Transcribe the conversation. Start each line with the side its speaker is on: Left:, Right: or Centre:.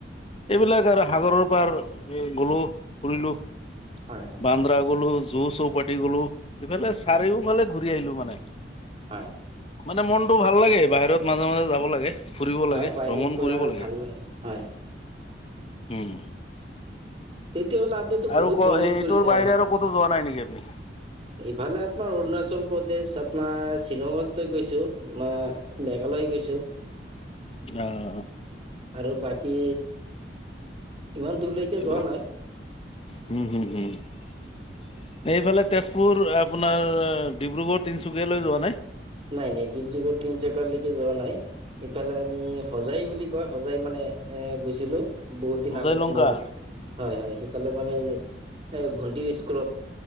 Left: এইবিলাক আৰু সাগৰৰ পাৰ গলো, ফুৰিলো,
Right: হয় হয়
Left: বান্দ্ৰা গলো। জোৰ চোৰ পাতি গলো, সিফালে চাৰিওফালে
Right: হয়
Left: ঘূৰি আহিলো মানে।
Right: হয়।
Left: মানে মনটো ভাল লাগে। বাহিৰত মাজে, মাজে যাব লাগে। ফুৰিব
Right: হয়
Left: লাগে,
Right: বাহিৰত
Left: ভ্ৰমণ
Right: গ'লে
Left: কৰিব
Right: আৰু
Left: লাগে,
Right: ভাল হয়
Left: উম।
Right: তেতিয়াহ'লে আপুনিতো
Left: আৰু
Right: বহুত
Left: ক,
Right: ভ্ৰমণ
Left: এইটোৰ
Right: কৰিছে
Left: বাহিৰে
Right: হয়
Left: আৰু কতো যোৱা নাই, নেকি আপুনি
Right: ইফালে আপোনাৰ অৰুণাচল প্ৰদেশ, আপোনাৰ শ্বিলঙতৈ গৈছো। মই মেঘালয় গৈছো।
Left: অ'।
Right: আৰু বাকী ইমান দূৰলৈকে
Left: অ,
Right: যোৱা নাই
Left: হম, হম, হম। এইফালে তেজপুৰ আপোনাৰ ডিব্ৰুগড়, তিনচুকীয়ালৈ যোৱা নাই।
Right: নাই, নাই ডিব্ৰুগড় তিন জেগালৈকে যোৱা নাই, ইফালে আমি হোজাই বুলি কয়, সজাই মানে এ, গৈছিলো বহুত দিন
Left: হোজাই
Right: আগত
Left: লংকা
Right: মোৰ হয়, হয়। ফালে মানে এই, এই ভন্টিৰ স্কুলত।